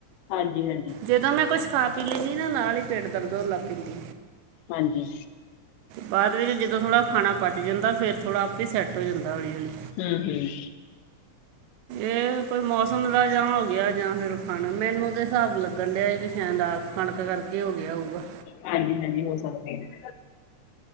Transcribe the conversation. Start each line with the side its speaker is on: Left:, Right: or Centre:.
Left: ਹਾਂਜੀ, ਹਾਂਜੀ
Right: ਜਦੋਂ ਮੈਂ, ਕੁੱਛ ਖਾ ਪੀ ਲੈਂਦੀ ਨਾ ਨਾਲ ਹੀ, ਪੇਟ ਦਰਦ ਹੋਣ ਲੱਗ ਪੈਂਦਾ
Left: ਹਾਂਜੀ।
Right: ਬਾਅਦ ਵਿੱਚ, ਜਦੋਂ ਥੋੜ੍ਹਾ ਖਾਣਾ ਪਚ ਜਾਂਦਾ, ਫਿਰ ਥੋੜ੍ਹਾ ਆਪੇ ਹੀ ਸੈੱਟ ਏ ਹੁੰਦਾ ਹੌਲੀ-ਹੌਲੀ
Left: ਹਮ ਹਮ
Right: ਇਹ ਕੋਈ ਮੌਸਮ ਦਾ ਜਹਾਂ ਹੋ ਗਿਆ ਜਾਂ ਫੇਰ, ਖਾਣਾ ਮੈਨੂੰ ਤੇ ਹਿਸਾਬ ਲੱਗਣ ਡਿਆ ਕਿ, ਸ਼ਾਇਦ ਕਣਕ ਕਰਕੇ, ਹੋ ਗਿਆ ਹੋਊਗਾ।
Left: ਹਾਂਜੀ, ਹਾਂਜੀ ਹੋਰ ਸੱਬ ਠੀਕ?